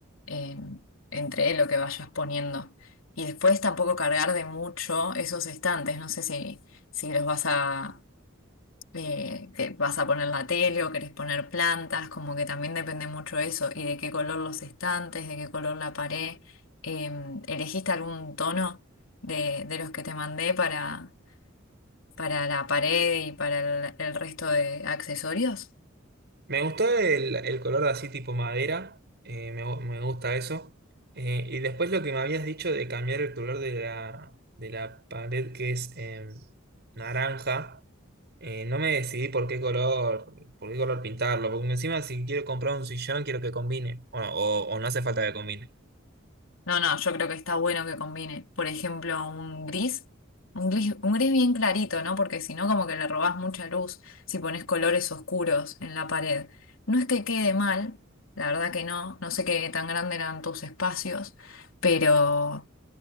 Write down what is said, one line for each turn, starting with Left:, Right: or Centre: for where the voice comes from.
Left: em, entre lo que vayas poniendo. Y después tampoco cargar de mucho esos estantes. No sé si, si los vas a, eh, que vas a poner la tele o querés poner plantas, como que también depende mucho eso. Y de qué color los estantes, de qué color la pared. Em, ¿elegiste algún tono de, de los que te mandé para, para la pared y para el el resto de accesorios?
Right: Me gustó el, el color de así tipo madera, eh, me, gu- me gusta eso. Eh, y después lo que me habías dicho de cambiar el color de la, de la pared que es em, naranja, eh, no me decidí por qué color, por qué color pintarlo, porque encima si quiero comprar un sillón quiero que combine, o, o- o no hace falta que combine.
Left: No, no, yo creo que está bueno que combine, por ejemplo, un gris, un gris, un gris bien clarito, ¿no? Porque si no, como que le robás mucha luz si pones colores oscuros en la pared. No es que quede mal, la verdad que no, no sé qué tan grande eran tus espacios, pero